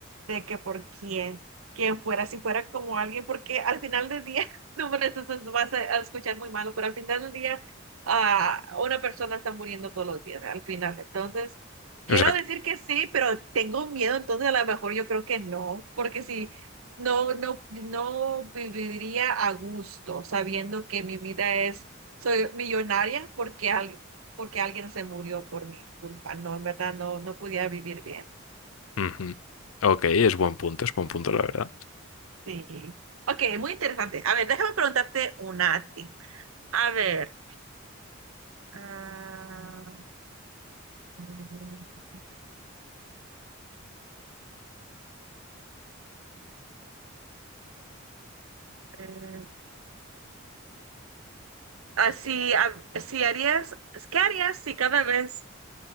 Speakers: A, on the right; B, on the left.
A: de que por quién, quién fuera, si fuera como alguien, porque al final del día, <laughs> no, hombre, eso se vas a se- a escuchar muy malo, pero al final del día, ah, una persona está muriendo todos los días, al final. Entonces, quiero
B: O sea,
A: decir que sí, pero tengo miedo, entonces a lo mejor yo creo que no, porque si no, no, no viviría a gusto sabiendo que mi vida es, soy millonaria, porque al- porque alguien se murió por mi culpa. No, en verdad no, no podía vivir bien.
B: ujú. Ok, es buen punto, es buen punto, la verdad.
A: Sí. Ok, muy interesante. A ver, déjame preguntarte una a ti. A ver, ah, eh, eh, ah, si, ah, si harías, ¿qué harías si cada vez